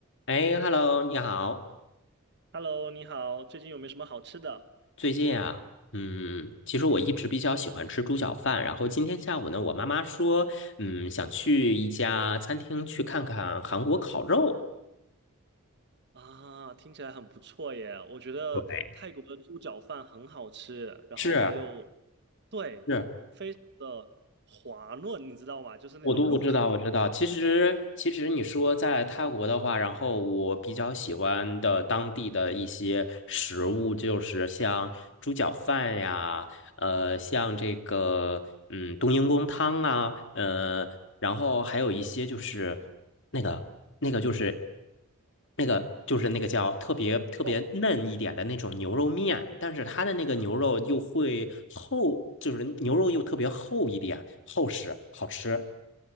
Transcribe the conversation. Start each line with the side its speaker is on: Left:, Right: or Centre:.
Left: 哎，Hello，你好。
Right: Hello，你好，最近有没有什么好吃的
Left: 最近啊，嗯，其实我一直比较喜欢吃猪脚饭。然后今天下午呢，我妈妈说，嗯，想去一家餐厅去看看韩国烤肉。
Right: 啊？听起来很不错耶，我觉得泰国的猪脚饭很好吃，
Left: 对，
Right: 然后还有
Left: 是
Right: 对
Left: 是，
Right: 的滑润，你知道吗？就是那种入口即
Left: 我都我知道，我知道。其实，其实你说在泰国的话，然后我比较喜欢的当地的一些食物，就是像猪脚饭呀，呃，像这个嗯冬阴功汤啊，呃，然后还有一些就是那个那个就是那个就是那个叫特别特别嫩一点的那种牛肉面，
Right: 哦，
Left: 但是它的那个牛肉又会厚，就是牛肉又特别厚一点，厚实，好吃。